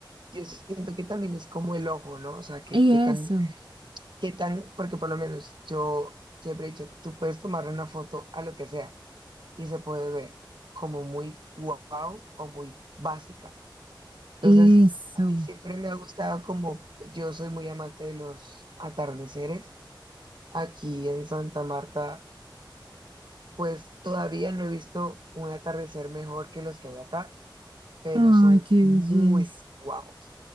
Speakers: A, on the right; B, on the right.
A: yo siento que también es como el ojo, ¿no? O sea, que,
B: Y
A: que
B: eso,
A: tan, que tan, porque por lo menos yo siempre he dicho, tú puedes tomar una foto a lo que sea y se puede ver como muy wow o muy básica. Entonces,
B: eso.
A: a mí siempre me ha gustado como, yo soy muy amante de los atardeceres. Aquí en Santa Marta Pues todavía no he visto un atardecer mejor que los que hay acá, pero
B: Ay,
A: son
B: qué
A: muy
B: belleza.
A: guapos.